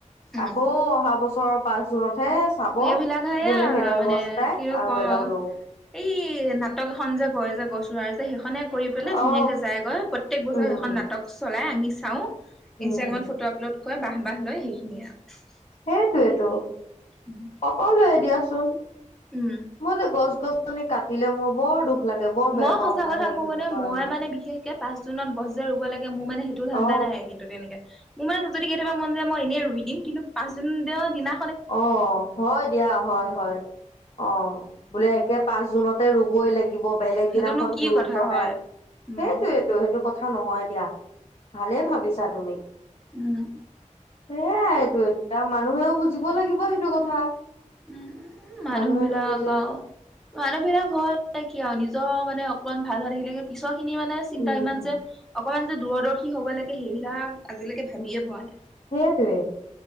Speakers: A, in the centre; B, on the left.
A: উম
B: আকৌ অহা বছৰ পাঁচ জুনতহে। চাব
A: সেইবিলাক সেয়া
B: বোলে সেইডাল
A: মানে
B: গছ নাই
A: কিনো
B: আৰু
A: ক'ম
B: এডাল ৰুও।
A: এই নাটক এখন যে কয় যে গছ ৰুৱা যে সেইখনে কৰি পেলাই ধুনীয়াকৈ
B: অ
A: যায়গৈ। প্ৰত্যেক বছৰে
B: উম
A: সেইখন নাটক চলাই আমি চাওঁ।
B: উম
A: ইনষ্টাগ্ৰামত ফটো আপলোড কৰে বাহ বাহ লয় সেইখিনিয়ে আৰু।
B: সেইটোৱে তো।
A: <unintelligible>
B: সকলোৱে দিয়াচোন।
A: উম।
B: মই যে গছ-গছনি কাটিলে মই বৰ দুখ লাগে বৰ বেয়া
A: মই
B: পাওঁ
A: সঁচা কথা
B: সেইটো
A: কওঁনে
B: কাৰণে
A: মই মানে বিশেষকে পাঁচ জুনত গছ যে ৰুব লাগে মোৰ মানে সেইটো ধান্দা
B: অ
A: নাই কিন্তু। তেনেকে মোৰ মানে যদি কেতিয়াবা মন যায় মই এনেই ৰুই দিম। কিন্তু পাঁচ জুন দিনা
B: অ হয় দিয়া হয় হয়। অঁ', বোলে একে পাঁচ জুনতে ৰুবই লাগে। দিব বেলেগ
A: সেইটোনো
B: দিনাখন
A: কি
B: গুৰুত্ব
A: কথা হয়
B: নাই,
A: উম
B: সেইটোৱেতো। সেই - টো কথা নহয় দিয়া ভালে ভাবিছা তুমি।
A: উম
B: সেয়াই এইটো এতিয়া মানুহেও বুজিব লাগিব সেইটো কথা।
A: উমঁ, মানুহবিলাক
B: মানুহে নুবুজে
A: আৰু- মানুহবিলাক হয় কিয় নিজৰ মানে অকণমান ভাল হোৱা দেখিলে - পিছৰ খিনি মানে চিন্তা
B: উম
A: ইমান যে অকমান যে দূৰদৰ্শী হ'ব লাগে সেইবিলাক- আজিলৈকে ভাবিয়ে
B: উম
A: পোৱা নাই।
B: সেইটোৱে